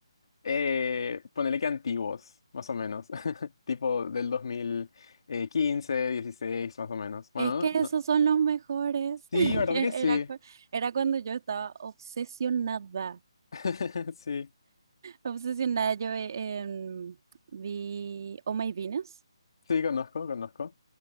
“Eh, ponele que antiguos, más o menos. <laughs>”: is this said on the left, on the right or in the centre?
Left